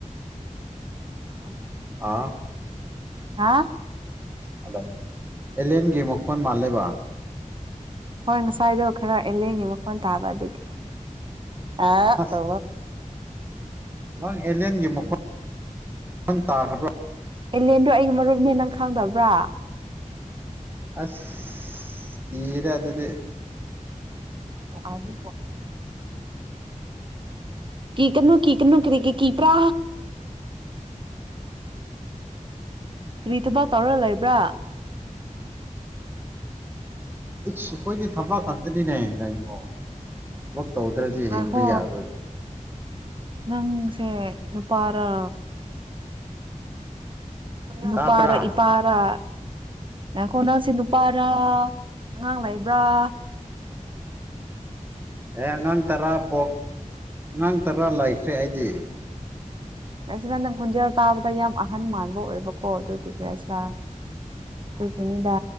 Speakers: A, on the right; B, on the right.
A: ꯑꯣ
B: ꯑꯥ
A: ꯍꯥ
B: ꯍꯂꯣ ꯑꯦꯂꯦꯟꯒꯤ ꯃꯈꯨꯛ ꯐꯣꯟ ꯃꯥꯜꯂꯦꯕ
A: ꯍꯣꯏ ꯉꯁꯥꯏꯗꯣ ꯈꯔ ꯂꯦꯡꯉꯤ ꯃꯈꯣꯟ ꯇꯥꯕ ꯑꯗꯨꯒꯤ ꯑ
B: ꯑꯁ
A: ꯇ
B: ꯅꯪ ꯑꯦꯂꯦꯟꯒꯤ ꯃꯈꯣꯡ ꯇꯥꯈ꯭ꯔꯕ꯭ꯔꯥ
A: ꯑꯦꯂꯦꯟꯗꯣ ꯑꯩꯒꯤ ꯃꯔꯨꯞꯅꯦ ꯅꯪ ꯈꯪꯗꯕ꯭ꯔꯥ
B: ꯑꯁ ꯌꯦꯗ ꯑꯗꯨꯗꯤ
A: ꯑꯗꯨ ꯀ ꯀꯩꯅꯣ ꯀ ꯀꯩꯅꯣ ꯀꯔꯤꯒꯤ ꯄ꯭ꯔꯥ ꯀꯔꯤ ꯊꯕꯛ ꯇꯧꯔꯒ ꯂꯩꯕ꯭ꯔꯥ
B: ꯑꯩꯈꯣꯏꯗꯤ ꯊꯕꯥ ꯈꯇꯅꯤꯅꯦꯉꯣ ꯇꯧꯗ꯭ꯔꯗꯤ
A: ꯉꯥꯏꯈꯣ
B: ꯍꯤꯡꯕ ꯌꯥꯔꯣꯏ
A: ꯅꯪꯁꯦ ꯅꯨꯄꯥꯔ ꯅꯨꯄꯥꯔ
B: ꯇꯥꯕ꯭ꯔꯥ
A: ꯏ ꯄꯔ ꯌꯥꯈꯣ ꯅꯪꯁꯦ ꯅꯨꯄꯥꯔ ꯑꯉꯥꯡ ꯂꯩꯕ꯭ꯔꯥ <inaudible>
B: ꯑꯦ ꯑꯉꯥꯡ ꯇꯔꯥ ꯄꯣꯛ ꯑꯉꯥꯡ ꯇꯔꯥ ꯂꯩꯈ꯭ꯔꯦ ꯑꯩꯗꯤ
A: ꯁꯤ ꯅ ꯅꯪ ꯈꯣꯟꯖꯦꯜ ꯇꯥꯕꯗ ꯌꯥꯝ ꯑꯍꯟ ꯃꯥꯟꯕ ꯑꯣꯏꯕꯀꯣ ꯑꯗꯨꯒꯤꯒꯦꯁꯤꯔ ꯇꯨ ꯀꯅꯤ ꯗ